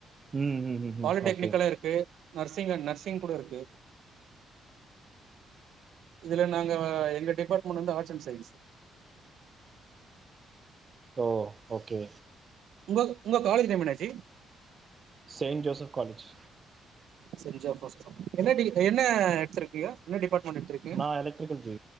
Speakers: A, on the right (about 35°); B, on the right (about 70°).
A: ம் ம் ம் ம்
B: பாலிடெக்னிக்களு
A: ஓகே
B: இருக்கு நர்சிங் நர்சிங் கூட இருக்கு இதுல நாங்க எங்க டிபார்ட்மெண்ட் வந்து ஆர்ட்ஸ் அண்ட் சயின்ஸ்சு
A: ஓ ஓகே
B: உங்க உங்க காலேஜ் டைம் என்னா ஜி
A: செயின்ட் ஜோசப் காலேஜ்
B: செஜ் ஜோசப் ஆட்ஸ் தா என்ன டி என்ன எடுத்துருக்கீங்க என்ன டிப்பார்மெண்டு எடுத்துருக்
A: நா எலெக்ட்ரிக்கல் ஜி